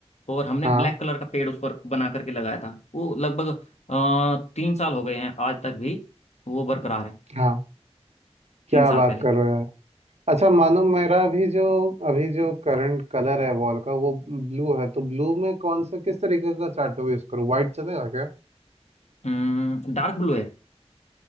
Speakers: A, on the left; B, on the right.
A: तो और हमने
B: हाँ
A: ब्लैक कलर का पेड़ उस पर बना करके लगाया था वो लगभग अ, तीन साल हो गए हैं आज तक भी वो बरकरार है
B: हाँ क्या
A: तीन साल
B: बात
A: पहले
B: कर रहे हो यार अच्छा मानो मेरा अभी जो अभी जो करंट कलर है वॉल का वो ब्लू है तो ब्लू में कौन सा किस तरीके का चार्ट पेपर यूज करूँ व्हाइट चलेगा क्या
A: हम्म, डार्क ब्लू है